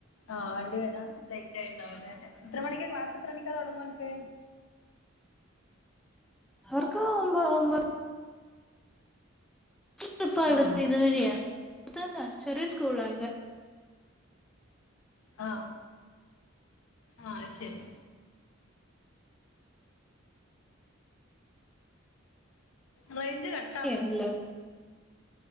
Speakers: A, on the left; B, in the centre.
A: ആഹ് വണ്ടി വരാം ലേറ്റ് ആയിണ്ടാവ എത്ര മണിക്കാ ക്ലാസ് എത്ര മണിക്കാ തെടങ്ങാ ഓൻക്ക്
B: അവർക്ക ഒമ്പ ഒമ്പത് ട്രിപ്പ ഇവിടുത്തെ
A: ആഹ്
B: ഇത് വഴിയ അടുത്ത് തന്നെ ചെറിയ സ്കൂളാ
A: ആഹ ആഹ ശരി. റേഞ്ച് കട്ട
B: എന്തോ?